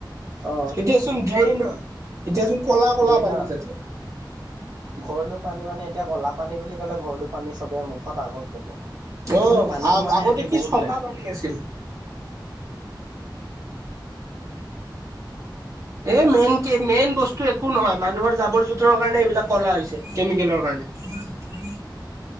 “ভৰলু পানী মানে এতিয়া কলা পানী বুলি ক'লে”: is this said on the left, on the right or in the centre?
Right